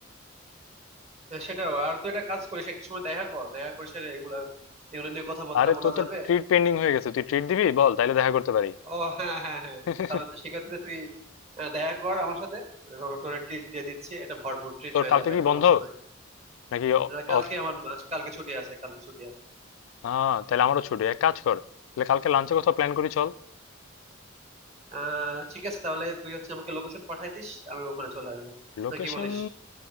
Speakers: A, on the right (about 35°); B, on the left (about 85°).
A: হ্যাঁ, সেটাও আর তুই একটা কাজ করিস একটা সময় দেখা কর দেখা করিস আর এগুলা এগুলো নিয়ে কথাবার্তা
B: আরে
A: বলা
B: তোর তো
A: যাবে
B: ট্রিট পেন্ডিং হয়ে গেছে তুই ট্রিট দিবি বল তাহলে দেখা করতে পারি
A: ও হ্যাঁ হ্যাঁ হ্যাঁ
B: <laughs>
A: তাহলে তো সেক্ষেত্রে তুই আহ, দেখা কর আমার সাথে তোর তোর ট্রিট দিয়ে দিচ্ছি এটা ভরপুর ট্রিট
B: তোর
A: হয়ে
B: কালকে
A: যাবে
B: কি
A: সমস্যা
B: বন্ধ
A: নাই
B: নাকি
A: না, কালকে
B: অফ
A: আমার কালকে ছুটি আছে কালকে ছুটি আছে
B: হ্যাঁ তাহলে আমারও ছুটি এক কাজ কর তাহলে কালকে লাঞ্চে কোথাও প্ল্যান করি চল
A: আহ ঠিক আছে তাহলে তুই হচ্ছে আমাকে লোকেশন পাঠাই দিস আমি ওখানে চলে আসবো
B: লোকেশন
A: না কি বলিস